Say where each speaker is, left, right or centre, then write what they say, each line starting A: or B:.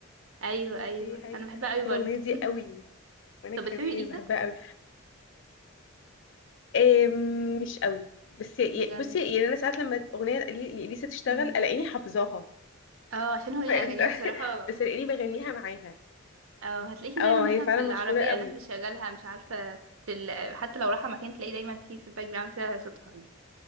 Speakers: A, on the right; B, on the left.
A: ايوه
B: تطلع
A: ايوه
B: فيه هيك
A: انا بحبها
B: انا بحب
A: قوي برضه
B: الاغنيه دي قوي وانا
A: طب
B: كمان
A: بتحبي اليسا
B: بحبها قوي. آم، مش قوي بس ي-
A: بجد
B: بصي يعني انا ساعات لما اغنيه لإلي- لإليسا تشتغل
A: مم.
B: الاقيني حافظاها
A: اه عشان هو اغانيها
B: فاهمت <laughs>
A: بصراحه
B: بس الاقيني
A: مشهور
B: بغنيها معاها
A: اه هتلاقيه
B: اه
A: دايما
B: هي
A: مثلا
B: فعلا
A: في العربيه
B: مشهوره قوي
A: الناس بتشغلها مش عارفه في ال... حتى لو رايحه مكان تلاقيه دايما في في الباك جراوند كده صوتها يعني